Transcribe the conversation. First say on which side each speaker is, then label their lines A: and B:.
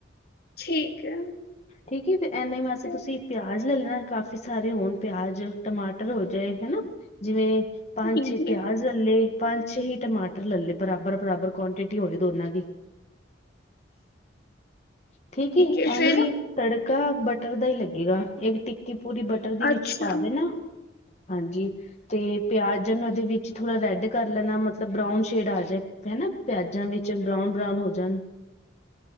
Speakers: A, on the left; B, on the left.
A: ਠੀਕ ਹੈ
B: ਠੀਕ ਫ ਇਨਾ ਹੀ ਵਾਸੇ
A: ਫਿਰ
B: ਤੁਸੀਂ ਪਿਆਜ ਲੈ ਲੈਣਾ ਕਾਫੀ ਸਾਰੇ ਹੋਣ ਪਿਆਜ ਟਮਾਟਰ ਹੋ ਜਾਏ ਹਨਾ ਜਿਵੇਂ ਪੰਜ
A: ਜੀ
B: ਛੇ
A: ਜੀ
B: ਪਿਆਜ ਲੱਲੇ। ਪੰਜ ਛੇ ਹੀ ਟਮਾਟਰ ਲੈ ਲਏ। ਬਰਾਬਰ- ਬਰਾਬਰ ਕੁਆਂਟਿਟੀ ਹੋਵੇ ਦੋਨਾਂ ਦੀ। ਠੀਕ
A: ਹੈ
B: ਐਨਵੀ
A: ਫਿਰ
B: ਤੜਕਾ ਬਟਰ ਦਾ ਹੀ ਲੱਗੇਗਾ। ਇੱਕ ਟਿੱਕੀ ਪੂਰੀ ਬਟਰ ਦੀ ਵਿੱਚ
A: ਅੱਛਾ
B: ਪਾ ਦੇਣਾ। ਹਾਂਜੀ ਤੇ ਪਿਆਜ ਨੂੰ ਇਹਦੇ ਵਿੱਚ ਥੋੜਾ ਰੈਡ ਕਰ ਲੈਣਾ ਮਤਲਬ ਬਰਾਊਨ ਸ਼ੇਡ ਆ ਜਾਏ। ਹਨਾ ਪਿਆਜਾਂ ਵਿੱਚ ਬਰਾਊਨ -ਬਰਾਊਨ ਹੋ ਜਾਣ।